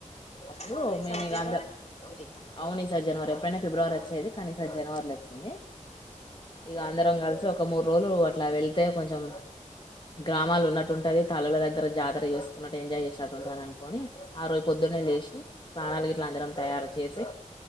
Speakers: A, on the left (about 35°); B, on the left (about 55°).
A: అప్పుడు
B: ఆ ఈసారి
A: మేము ఇక
B: జనవరి
A: అంద
B: ఉంది
A: అవును ఇ సారీ జనవరి ఎప్పుడైనా ఫిబ్రవరి వచ్చేది కానీ ఈసారి జనవరిలో వచ్చింది ఇగ అందరం కలిసి ఒక ఒక మూడు రోజులు అట్లా వెళ్తే కొంచెం గ్రామాలు ఉన్నట్టుంటది తల్లుల దగ్గర జాతర చేసుకున్నట్టు ఎంజాయ్ చేసినట్టుంటది అనుకొని ఆ రోజు పొద్దున్న లేసి స్నానాలు గిట్ల అందరం చేయాలి చేసి